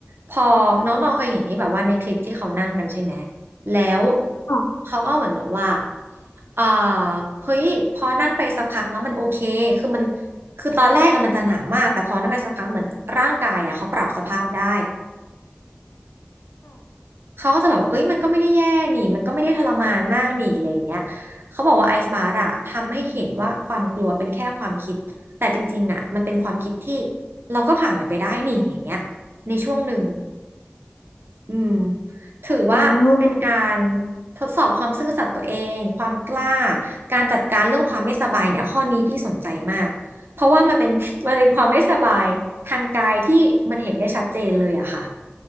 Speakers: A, on the right (about 65°); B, on the left (about 75°).
A: พอน้องๆเคยเห็นที่แบบว่าในคลิปที่เขานั่งกันใช่ไหมแล้ว
B: ค่ะ
A: เขาก็เหมือนบอกว่าเอ่อเฮ้ยพอนั่งไปสักพักแล้วมันโอเคคือมันคือตอนแรกอะมันจะหนาวมากแต่พอนั่งไปสักพักเหมือนร่างกายอะเขาปรับสภาพได้ เขาก็จะแบบว่าเอ้ยมันก็ไม่ได้แย่นี่มันก็ไม่ได้ทรมานมากนี่อะไรอย่างเงี้ยเขาบอกว่าไอซ์บาร์อะทำให้เห็นว่าความกลัวเป็นแค่ความคิดแต่จริงๆอะมันเป็นความคิดที่เราก็ผ่านมันไปได้นี่อย่างเงี้ยในช่วงหนึ่งอืมถือว่าเป็นการ
B: อ๋อ
A: ทดสอบความซื่อสัตย์ตัวเองความกล้าการจัดการเรื่องความไม่สบายเนี่ยข้อนี้พี่สนใจมากเพราะว่ามันเป็น <laughs> มันเป็นความไม่สบายทางกายที่มันเห็นได้ชัดเจนเลยอะค่ะ